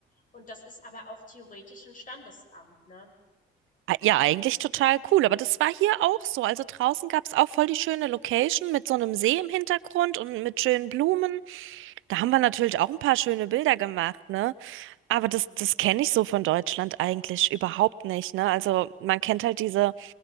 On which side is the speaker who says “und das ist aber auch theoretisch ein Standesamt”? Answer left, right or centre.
Left